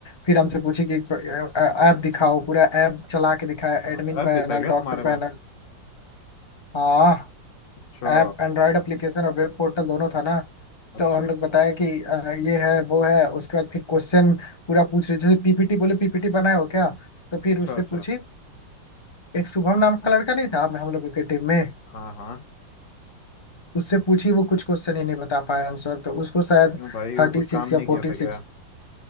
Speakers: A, on the left; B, on the left.
A: फिर हमसे पूछी कि ऐप दिखाओ पूरा ऐप चला के दिखाया
B: अच्छा
A: एडमिन पैनल
B: ऐप भी था क्या तुम्हारे
A: डॉक्टर
B: में
A: पैनल हाँ
B: अच्छा
A: ऐप एंड्रॉयड एप्लीकेशन और वेब पोर्टल दोनों था ना
B: अच्छा
A: तो हम
B: अच्छा
A: लोग बताया कि अ, ये है वो है उसके बाद फिर क्वेश्चन पूरा पूछ रहे जैसे पीपीटी बोले पीपीटी बनाए हो क्या तो फिर
B: अच्छा
A: उससे
B: अच्छा
A: पूछी एक शुभम नाम का लड़का नहीं था हम हम लोगों के टीम में
B: हाँ हाँ
A: उससे पूछी वो कुछ क्वेश्चन ही नहीं बता पाया आंसर तो उसको शायद
B: क्यों भाई वो
A: थर्टी
B: कुछ
A: सिक्स
B: काम नहीं
A: या फोर्टी
B: किया था
A: सिक्स
B: क्या